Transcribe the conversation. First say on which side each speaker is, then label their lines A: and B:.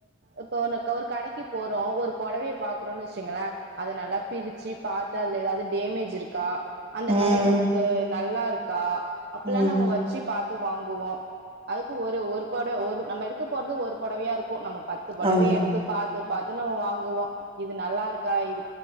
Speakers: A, on the right; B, on the right.
A: இப்ப ஒ ஒரு கடைக்கு போறோ ஒரு பொடவய பாக்றோன்னு வெச்சுங்ளே அத நல்லா பிரிச்சி பாத்து அதுல எதாது டேமேஜ் இருக்கா அந்த
B: ம்.
A: கலர் நமக்கு நல்லா இருக்கா அப்பிலா
B: ம்.
A: நம்ப வச்சி பாத் வாங்குவோ அதுக்கு ஒரு ஒரு பொடவ ஒரு நம்ப எடுக்க போறது ஒரு பொடவையா இருக்கு நம்க் பத்து பொடவய
B: ஆமா.
A: எடுத்து பாத்து பாத் நம்ம வாங்குவோ இது நல்லா இருக்கா இது